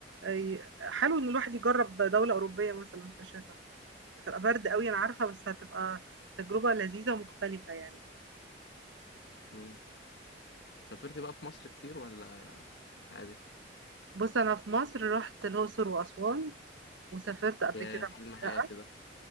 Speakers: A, on the right; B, on the left.
A: أي- حلو ان الواحد يجرب دولة أوروبية مثلا في الشتاء هتبقى برد قوي انا عارفة بس هتبقى تجربة لذيذة ومختلفة يعني
B: امم سافرت بقى في مصر كتير ولا عادي
A: بص انا في مصر رحت الاقصر واسوان وسافرت قبل
B: يا
A: كده
B: حلم
A: الغردقه
B: حياتي ده